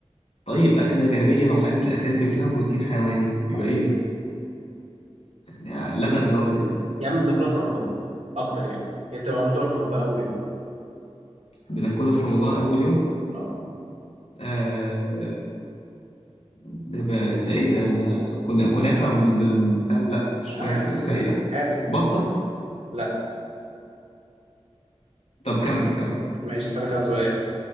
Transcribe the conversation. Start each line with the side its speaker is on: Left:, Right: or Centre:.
Left: طيب اكله جانبيه مع الاكل الاساسي وفيها بروتين حيواني يبقى
Right: آه.
Left: ايه ده يعني لبن ده ولا ايه
Right: يا عم بناكلها في رمضان اكتر يعني هي بتبقى مشهوره في رمضان اول يوم
Left: بناكله في رمضان اول يوم
Right: اه
Left: آه ده بقى ده ايه ده ما كنا كنافه بال... بال... بتاع- لا مش
Right: اه يا
Left: كنافه
Right: عم
Left: ازاي يعني
Right: حادق
Left: بطه
Right: لا
Left: طب كمل كمل
Right: ماشي اسالك انا سؤال